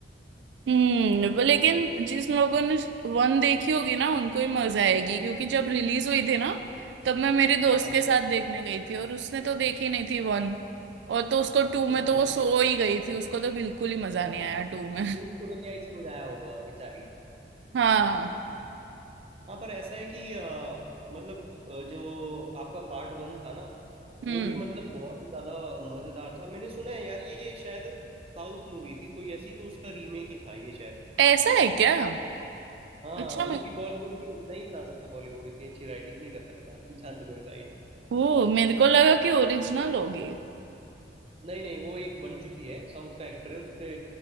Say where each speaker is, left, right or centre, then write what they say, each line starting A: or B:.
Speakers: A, on the right; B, on the right.
A: हम्म ब- लेकिन जिस लोगों ने वन देखी होगी ना उनको ही मजा आएगी क्योंकि जब रिलीज हुई थी ना तब मैं मेरे दोस्त
B: हाँ
A: के साथ देखने गई थी और उसने तो देखी नहीं थी वन और तो उसको टू में
B: ओहो
A: तो वो सो ही गई थी उसको तो बिल्कुल ही मजा
B: हाँ
A: नहीं आया टू में <laughs>
B: तो उसको तो क्या ही समझ आया होगा बेचारी
A: हाँ
B: हाँ पर ऐसा है कि अ, मतलब अ, जो आपका पार्ट वन था ना वो
A: हम्म
B: भी मतलब बहुत ही ज्यादा मजेदार था मैंने सुना है यार ये शायद साउथ मूवी थी कोई ऐसी तो उसका रीमेक ही था ये शायद
A: ऐसा है क्या
B: हाँ
A: अच्छा
B: क्योंकि बॉलीवुड में नहीं बना सकता बॉलीवुड इतनी अच्छी राइटिंग नहीं कर सकता <laughs> जहाँ तक मेरे को आइडिया
A: ओ मेरे को लगा कि ओरिजिनल होगी
B: नहीं नहीं वो एक बन चुकी है साउथ का एक्टर है उसने